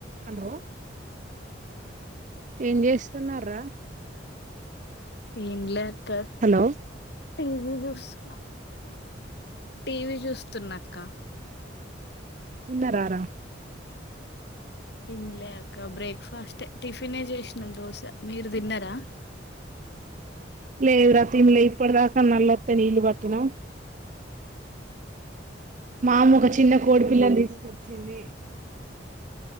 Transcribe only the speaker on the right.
Hello ఏం చేస్తున్నారు రా
హలో
తిన్నారా రా
లేదు రా తిన్లే ఇప్పుడుదాకా మల్లోత్తే నీళ్లు పట్టినము మా అమ్మ ఒక చిన్న కోడి పిల్లని తీసుకొచ్చింది